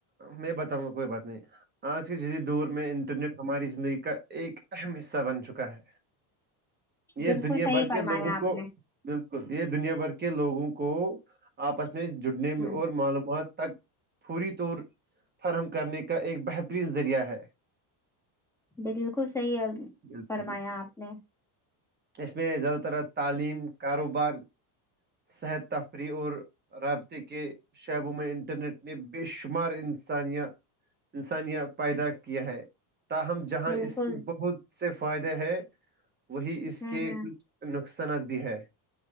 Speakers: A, on the right (about 20°); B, in the centre.
A: میں بتاؤں گا کوئی بات نہیں آج کے جسی دور میں انٹرنیٹ ہماری زندگی کا ایک اہم حصہ بن چکا ہے یہ
B: بالکل
A: دنیا
B: صحیح
A: بھر
B: فرمایا
A: کے لوگوں
B: آپ
A: کو
B: نے
A: بالکل یہ دنیا بھر کے لوگوں کو آپس میں جڑنے میں
B: ہ
A: اور معلومات تک پوری طور فرہم کرنے کا ایک بہترین ذریعہ ہے
B: بالکل صحیح ہے
A: بالکل
B: فرمایا
A: بالکل
B: آپ نے
A: اس میں زیادہ تر تعلیم کاروبار صحت تفریح اور رابطے کے شعبوں میں انٹرنیٹ ن بے شمار انسانیا انسانیہ پیدا کیا ہے تاہم جہاں
B: بالکل
A: اس کے بہت سے فائدے ہیں وہی اس
B: ہ
A: کے
B: ہ
A: کچھ نقصانات بھی ہے